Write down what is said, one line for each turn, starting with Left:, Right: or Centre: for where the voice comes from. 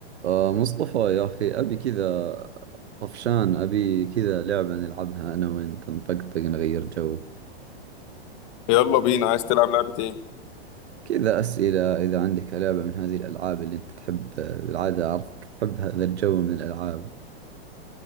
Right: آه مصطفى يا أخي أبي كذا طفشان أبي كذا لعبة نلعبها أنا وأنت نطقطق نغير جو
Left: يلا بينا عايز تلعب لعبة ايه؟
Right: كذا أسئلة إذا عندك لعبة من هذه الألعاب اللي أنت تحب بالعادة أعرفك تحب هذا الجو من الألعاب